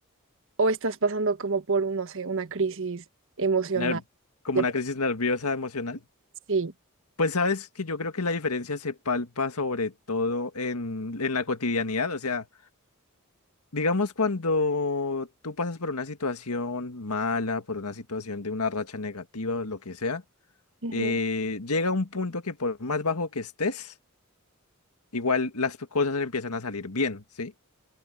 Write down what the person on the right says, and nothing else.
o estás pasando como por, un, no sé, una crisis emocional.
depresiva.
Sí.
Ujú.